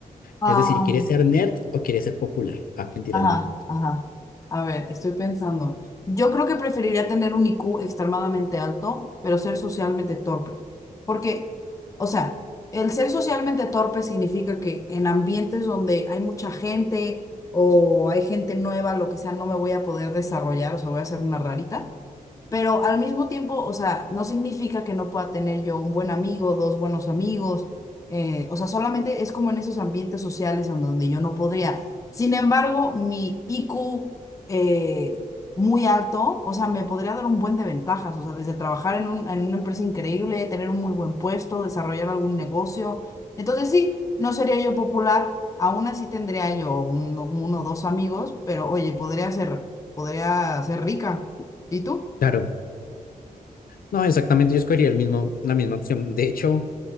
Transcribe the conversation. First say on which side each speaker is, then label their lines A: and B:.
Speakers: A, on the left; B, on the left.
A: Ah,
B: Es decir, ¿quieres ser nerd o quieres ser popular? Ah, mentiras,
A: ajá,
B: no.
A: ajá. A ver, estoy pensando. Yo creo que preferiría tener un I Q extremadamente alto, pero ser socialmente torpe. Porque, o sea, el ser socialmente torpe significa que en ambientes donde hay mucha gente o hay gente nueva, lo que sea, no me voy a poder desarrollar, o sea, voy a ser una rarita. Pero al mismo tiempo, o sea, no significa que no pueda tener yo un buen amigo, dos buenos amigos, eh, o sea, solamente es como en esos ambientes sociales en donde yo no podría. Sin embargo, mi IQ eh, muy alto, o sea, me podría dar un buen de ventajas, o sea, desde trabajar en un- en una empresa increíble, tener un muy buen puesto, desarrollar algún negocio. Entonces sí, no sería yo popular, aún así tendría yo uno, uno o dos amigos, pero oye, podría ser, podría ser rica. ¿Y tú?
B: Claro. No, exactamente, yo escogería el mismo, la misma opción. De hecho,